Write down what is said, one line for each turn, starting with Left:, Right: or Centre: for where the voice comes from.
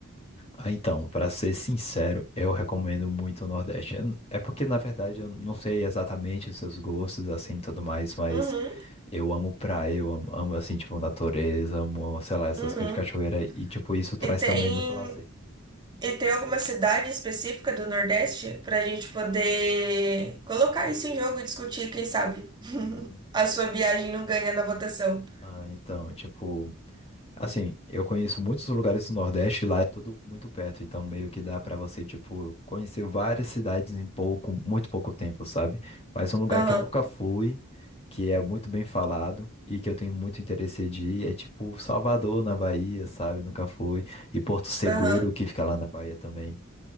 Left: Ah, então, pra ser sincero, eu recomendo muito o Nordeste. Eu n- É porque, na verdade, eu não sei exatamente os seus gostos, assim, e tudo mais, mas
Right: Uhum,
Left: eu amo praia, eu amo, amo, assim, tipo, natureza, amo, sei lá, essas
Right: uhum.
Left: coisas de cachoeira e, tipo, isso traz
Right: E tem.
Left: também muito lazer.
Right: E tem alguma cidade específica do Nordeste para a gente poder colocar isso em jogo e discutir, quem sabe? <laughs>
Left: Uhum.
Right: A sua viagem não ganha na votação.
Left: Ah, então, tipo, assim, eu conheço muitos lugares do Nordeste, lá é tudo muito perto, então meio que dá pra você, tipo, conhecer várias cidades em pouco, muito pouco tempo, sabe? Mas um lugar
Right: Aham,
Left: que eu nunca fui, que é muito bem falado e que eu tenho muito interesse de ir, é tipo Salvador, na Bahia, sabe? Nunca fui. E Porto Seguro,
Right: aham,
Left: que fica lá na Bahia também.